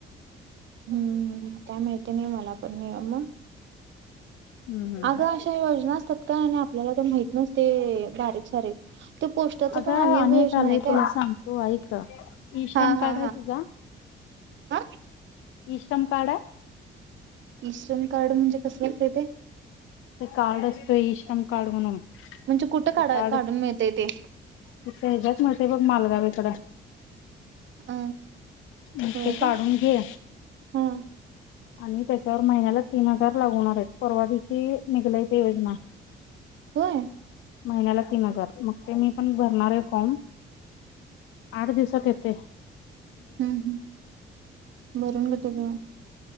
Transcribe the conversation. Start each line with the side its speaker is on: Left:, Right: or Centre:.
Right: हं, काय माहत ती नाही मला पण. नही अ म.
Left: हम्म हम्म
Right: अगं
Left: हम्म
Right: अशा योजना असतात काय आणि आपल्याला ते माहित नसते. बारीक सारीक. ते पोस्टाच
Left: अग
Right: पण
Left: अनेक
Right: आणि एक योजना
Left: आलेय
Right: आहे काय
Left: तुला सांगतो ऐक इश्रम
Right: हा हा
Left: कार्ड आहे तुझा?
Right: हा
Left: इश्रम कार्ड
Right: इश्रम कार्ड म्हणजे कसले असते ते?
Left: ते कार्ड असतोय इईश्रम कार्ड म्हणून. ते
Right: म्हणजे कुठं काढा
Left: कार्ड
Right: काढून मिळतय ते
Left: हेच्या हिच्यात मिळतंय बघ मालगावे कडे.
Right: अ
Left: म
Right: होय
Left: ते काढून
Right: का
Left: घे.
Right: हा
Left: आणि त्याच्यावर महिन्याला तीन हजार लागू होणार आहेत. परवा दिशी निघलाय ते योजना.
Right: होय
Left: महिन्याला तीन हजार मग ते मी पण भरणार आहे फॉर्म. आठ दिवसात येत ते.
Right: हं हं, भरून घेतो की मग.